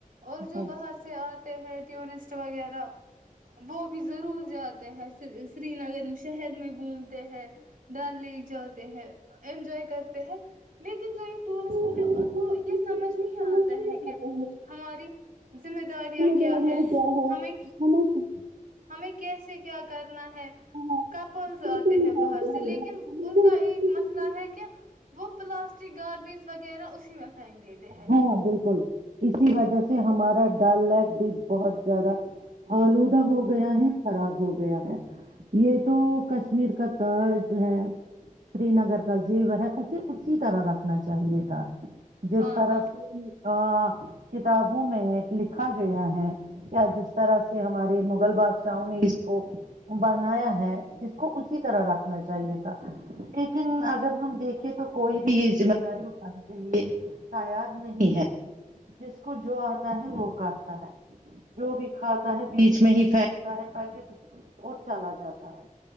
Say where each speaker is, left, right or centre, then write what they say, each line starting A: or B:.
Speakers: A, on the right (about 85°); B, on the right (about 70°).
A: اور جو
B: ہم۔
A: باہر سے آ ہیں ٹورسٹ وغیرہ وہ بھی ضرور جاتے ہیں سری نگر شہر میں گھومتے ہیں ڈل لیک جاتے ہیں انجوائے کرتے ہیں <unintelligible> لیکن جو یہ ٹورسٹ
B: سمجھ نہیں
A: ہوتے ہیں ان
B: آتا
A: کو
B: ہے کہ
A: یہ سمجھ نہیں
B: ہماری
A: آتا
B: ذمہ داریاں
A: ہے کہ ہماری ذمہ داریاں
B: کیایا
A: ہے
B: کیا ہے
A: ہمیں
B: نا <unintelligible> <inaudible>
A: ہمیں کیسے کیا کرنا ہے
B: ہے
A: کپلز
B: یہ
A: آتے
B: سمجھ
A: ہیں باہر
B: آتے
A: سے لیکن ان کا ایک مسئلہ
B: ہیں۔
A: ہے کہ وہ پلاسٹک گاربیج وغیرہ اسی میں پھینک دیتے ہیں
B: ہاں بالکل اسی وجہ سے ہمارا سا ڈل لیک بھی بہت زیادہ آلودہ ہو گیا ہے خراب ہوگیا گیا ہے یہ تو کشمیر کا ترج ہے سری نگر کا زیور ہے اسے اسی طرح رکھنا چاہیے ہ جو
A: ہاں
B: سرس
A: ہاں
B: ا کتابوں میں لکھا گیا ہے یا جس طرح سے ہمارے مغل بادشاہوں نے اس کو بنایا ہے اس کو اسی طرح رکھنا چاہیے تھا لیکن اگر ہم دیکھیں تو کوئی بھی یہ ذمہ داری اٹھانے کے لیے تیار نہیں ہے جس کو جو آتا ہے وہ کرتا ہے جو بھی کھاتا ہے بیچ میں ہی پھینکتا ہے پیکٹ اور چلا جاتا ہے